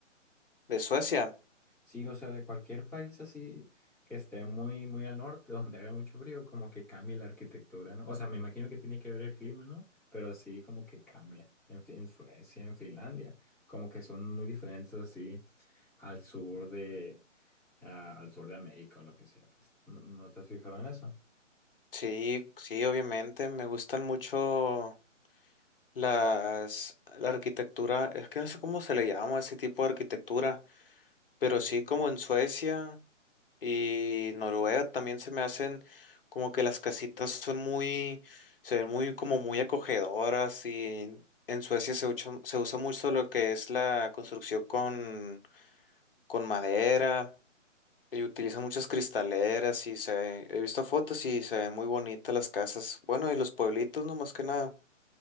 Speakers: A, on the left (about 45°); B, in the centre.
A: De Suecia,
B: Sí, o sea, de cualquier país así que esté muy, muy al norte, <laughs> donde haga mucho frío, como que cambia la arquitectura, ¿no? O sea, me imagino que tiene que ver el clima, ¿no? Pero sí, como que cambia. En, Fi- en Suecia, en Finlandia, como que son muy diferentes así al sur de, a- al sur de América o lo que sea, pues. ¿No, no te has fijado en eso?
A: sí, sí, obviamente, me gustan mucho las, la arquitectura, es que no sé cómo se le llama a ese tipo de arquitectura, pero sí como en Suecia. y Noruega también se me hacen como que las casitas son muy, se ven muy como muy acogedoras y en Suecia se usa, se usa mucho lo que es la construcción con, con madera y utilizan muchas cristaleras y se ve- he visto fotos y se ven muy bonitas las casas. Bueno, y los pueblitos no más que nada.